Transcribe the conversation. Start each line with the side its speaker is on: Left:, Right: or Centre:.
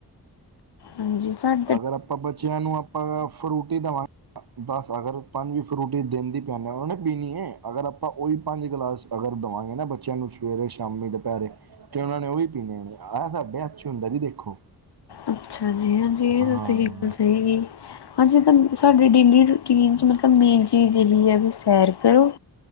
Left: ਹਾਂਜੀ ਸਾਡ
Right: ਅਗਰ ਆਪਾਂ ਬੱਚਿਆਂ ਨੂੰ ਆਪਾਂ ਫਰੂਟੀ ਦੇਵਾਂ ਬਸ ਅਗਰ ਪੰਜ ਫਰੂਟੀ ਦੇਣ ਦੀ ਪੇਯਾਨੇ ਵਾਨਾ ਵੀ ਜਿਵੇਂ ਅਗਰ ਆਪਾਂ ਔਈ ਪੰਜ ਗਲਾਸ। ਅਗਰ ਦਵਾਂਗੇ ਨਾ ਬੱਚੇਯਾ ਨੂੰ ਸਵੇਰੇ, ਸ਼ਾਮੀ, ਦੁਪੈਰੇ, ਤੇ ਔਨਾ ਨੇ ਔਵੀ ਪੀਂਣੇ ਨੇ ਆਹ ਸਾਡੇ ਹੱਥੇ ਚ ਹੁੰਦਾ ਜੀ ਦੇਖੋ।
Left: ਅੱਛਾ ਜੀ। ਹਾਂਜੀ
Right: ਹਾਂ
Left: ਏਤਾਂ ਤਰੀਕਾ ਸਈ ਬੀ ਹਾਂਜੀ ਏ ਤਾਂ ਸ ਜੇ ਡੇਲੀ ਰੂਟੀਨ ਚ ਮਤਲਬ ਮੇਨ ਚੀਜ਼ ਏਹੀ ਹੈ ਵੀ ਸੈਰ ਕਰੋ